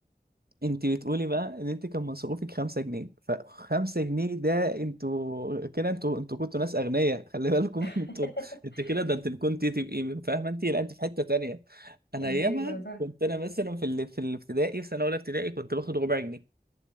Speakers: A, on the right (about 65°); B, on the left (about 90°).
A: انت بتقولي بقى ان انت كان مصروفك 5 جنيه فخمسة جنيه ده انتوا كده انتوا انتوا كنتوا ناس اغنياء خلي بالكم
B: <laughs>
A: <laughs> انتوا انت كده ده انت كنت تبقي فاهمه انت لا انت في حته تانية انا
B: ليه
A: ايامها
B: ده
A: كنت انا مثلا في ال... في الابتدائي في سنه اولى ابتدائي كنت باخد ربع جنيه